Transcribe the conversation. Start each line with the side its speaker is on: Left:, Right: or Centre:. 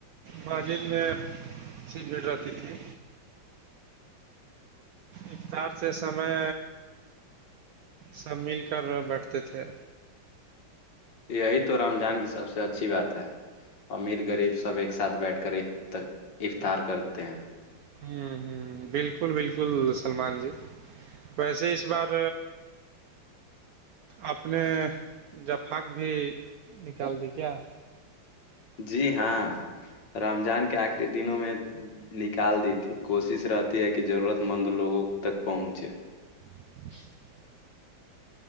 Right: ماجر میں بھیڑ رہتی تھی افتار سے سمے سب مل کر بیٹھتے تھے
Left: یہی تو رمضان کی سب سے اچھی بات ہے امیر غریب سب ایک ساتھ بیٹھ کر افطار کرتے ہیں
Right: ہوں ہ بالکل بالکل سلمان جی ویسے اس بار آپ نے جفق بھی نکال دی کیا
Left: جی ہاں رمضان کے آخری دنوں میں نکال دی تھی کوشش رہتی ہے کہ ضرورت مند لوگوں تک پہنچے
Right: <inaudible>